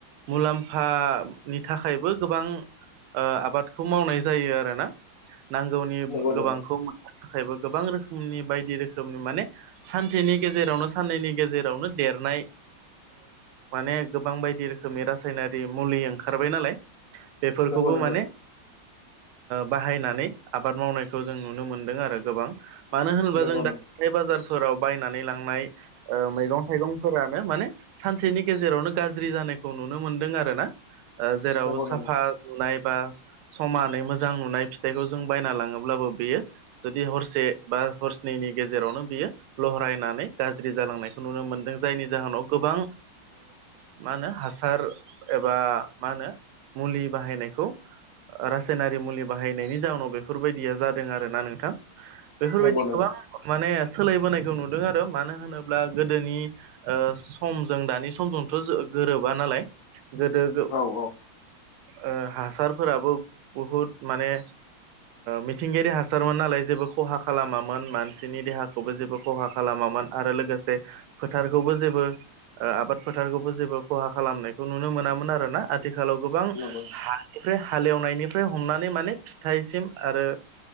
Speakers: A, on the right; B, on the left.
A: मुलाम्फानि थाखायबो गोबां ओ आबादखौ मावनाय जायो आरोना नांगौनि
B: नंगौ
A: गोबांखौ थाखायबो गोबां रोखोमनि बायदि रोखोमनि माने सानसेनि गेजेरावनो साननैनि गेजे रावनो देरनाय माने गोबां बायदि रोखोमनि रासायनारि मुलि ओंखारबाय नालाय बेफोरखौबो
B: नंगौ नंगौ
A: माने बाहायनानै आबाद मावनायखौ जों नुनो मोनदों आरो गोबां मानो होनोबा
B: नंगौ
A: जों
B: नंगौ
A: दा माइ बाजारफोराव बायनानै लांनाय ओ मैगं थाइगंफोरानो माने सानसेनि गेजेरावनो गाज्रि जानायखौ नुनो मोनदों आरो ना जेराव
B: नंगौ
A: साफा
B: नंगौ
A: नुनाय बा समानै मोजां नुनाय फिथाइखौ जों बायना लाङोब्लाबो बेयो जुदि हरसे बा हरस्ननि गेजेरावनो बियो लहरायनानै गाज्रि जालांनाय नुनो मोनदों जायनि जाहोनाव गोबां मा होनो हासार एबा मा होनो मुलि बाहायनायखौ रासायनारि मुलि बाहायनायनि जााहनाव बेफोरबायदिया जादों आरोना नोंथां बेफोरबायदि
B: नंगौ नंगौ
A: गोबां माने सोलायबोनायखौ नुदों आरो मानो होनोब्ला गोदोनि समजों दानि समजोंथ' गोरोबा नालाय गोदो गो
B: औ औ
A: ओ हासारफोराबो बहुद माने मिथिंगायारि हासारमोन नालाय जेबो खहा खालामामोन मानसिनि देहाखौबो जेबो खहा खालामामोन आरो लोगोसे फोथारखौबो जेबो आबाद फोथारखौबो जेबो खहा खालामनायखौ नुनो मोनामोन आरोना आथिखालाव गोबां
B: नंगौ
A: हा बेफ्राय हाले एवनायनिफ्राय हमनानै माने फिथाइसिम आरो